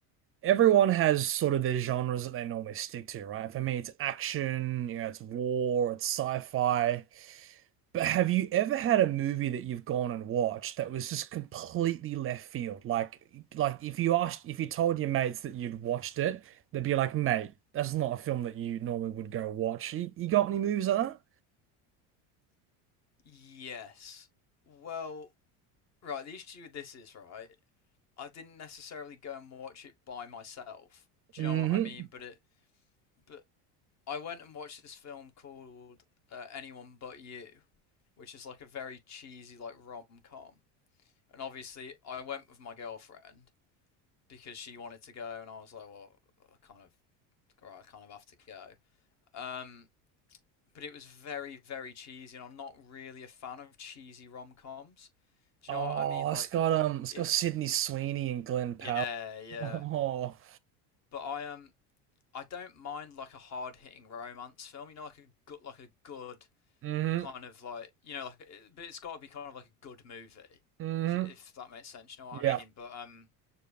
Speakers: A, on the right; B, on the left.
A: Everyone has sort of their genres that they normally stick to, right? For me, it's action, you know, it's war, it's sci-fi. But have you ever had a movie that you've gone and watched that was just completely left field? Like, like if you asked, if you told your mates that you'd watched it, they'd be like, "Mate, that's not a film that you normally would go watch." You, you got any movies like that?
B: Yes. Well, right, the issue with this is, right, I didn't necessarily go and watch it by myself. Do
A: hmm
B: you know what I mean? But it, but I went and watched this film called uh, Anyone But You, which is like a very cheesy like rom-com. And obviously, I went with my girlfriend because she wanted to go, and I was like, well, I kind of, I kind of have to go. Um, but it was very, very cheesy, and I'm not really a fan of cheesy rom coms. Do
A: Oh,
B: you know what I mean?
A: it's
B: Like,
A: got um, it's
B: if
A: got Sydney Sweeney and Glenn Powell.
B: yeah,
A: <laughs>
B: yeah,
A: Oh,
B: but I um, I don't mind like a hard hitting romance film. You know, like a good, like a good
A: mm-hmm,
B: kind of like you know, like eh, but it's got to be kind of like a good movie,
A: mm-hmm.
B: if that makes sense. You know what
A: Yeah.
B: I mean? But um,